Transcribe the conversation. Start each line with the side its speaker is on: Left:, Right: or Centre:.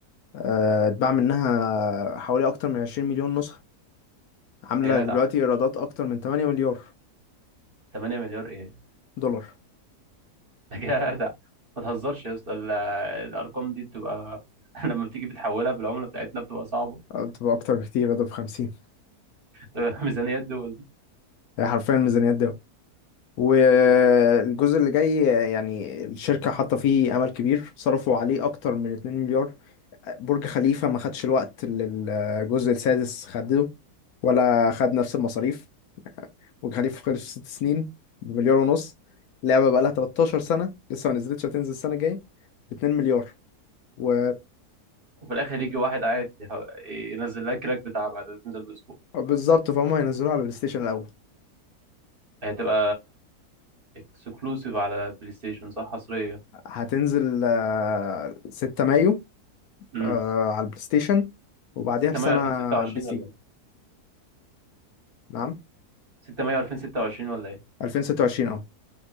Left: آه، اتباع منها حوالي أكتر من 20 مليون نسخة عاملة
Right: يا
Left: دلوقتي
Right: جدع
Left: إيرادات أكتر من 8 مليار
Right: 8 مليار ايه
Left: دولار
Right: <laughs> يا جدع ما تهزرش يا اسطى ال- الارقام دي بتبقى <laughs> لما بتيجي بتحولها بالعمله بتاعتنا بتبقى صعبه
Left: آه، بتبقى أكتر بكتير ده ب 50
Right: <laughs> ميزانيات دول
Left: هي حرفيا ميزانيات ده والجزء اللي جاي يعني الشركة حاطة فيه أمل كبير صرفوا عليه أكتر من 2 مليار برج خليفة ما خدش الوقت اللي الجزء السادس خده ولا خد نفس المصاريف وكان خليفه خلص في ست سنين بمليار ونص اللعبه بقى لها 13 سنه لسه ما نزلتش هتنزل السنه الجايه ب 2 مليار والناس
Right: وفي الاخر يجي واحد قاعد يه- ينزل لها كراك بتاع بعد ما تنزل باسبوع
Left: بالظبط فهم هينزلوها على البلاي ستيشن الاول
Right: هي هتبقى اكسكلوسيف على بلاي ستيشن صح حصريه
Left: هتنزل آه، 6 مايو
Right: امم
Left: آه، على البلاي ستيشن وبعديها
Right: 6
Left: بسنه
Right: مايو 2026
Left: على البي سي
Right: ولا إيه؟
Left: نعم
Right: 6 مايو 2026 ولا ايه
Left: 2026 اه